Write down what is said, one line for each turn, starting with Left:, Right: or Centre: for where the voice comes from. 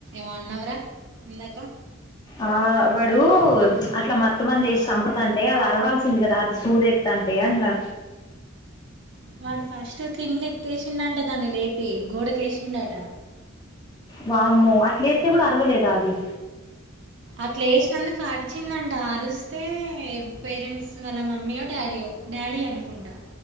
Right: మో అన్నవరా ఇందాక
Left: ఆ వాడు అట్లా మత్తు మందు వేసి చంపుతంటే అది అరవాల్సింది కదా, అది సూదత్త్త అంటే అన్నా
Right: వాడు ఫస్ట్ కింద ఎతేసిండంట దాన్ని లేపి గోడకేసిండట
Left: వామ్మో అట్లేస్తతే కూడా అర్వలేదా అది
Right: అట్లా ఏసినందుకు అరిచిందంట అరిస్తే పేరెంట్స్, వాళ్ళ మమ్మీయో డాడీయో డాడీ అనుకుంటా.